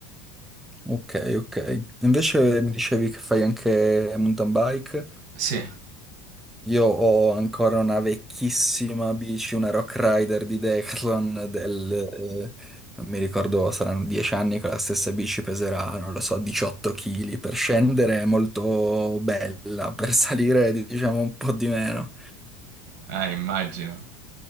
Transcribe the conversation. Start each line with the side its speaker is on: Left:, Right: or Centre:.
Centre: ok, ok. Invece mi dicevi che fai anche mountain bike?
Right: Sì,
Centre: Io ho ancora una vecchissima bici, una Rock Rider di Decathlon del... eh, non mi ricordo, saranno dieci anni, con la stessa bici peserà, non lo so, 18 kg. Per scendere è molto bella, per salire è, diciamo un po' di meno.
Right: eh, immagino.